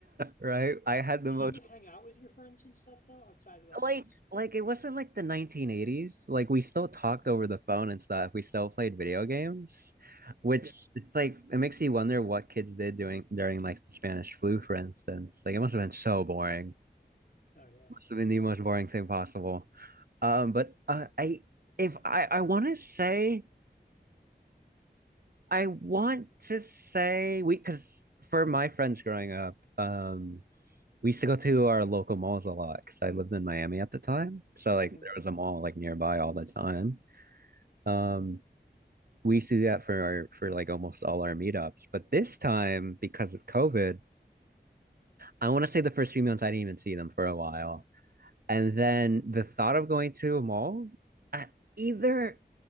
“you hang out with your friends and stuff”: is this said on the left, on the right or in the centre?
Left